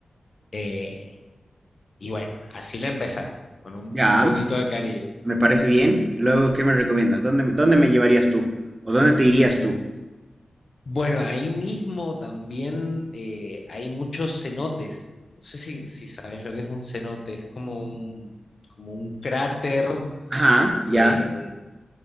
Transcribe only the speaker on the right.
Ya,
Me parece bien. Luego, ¿qué me recomiendas? ¿Dónde, dónde me llevarías tú? ¿O dónde te irías tú?
Ajá, ya.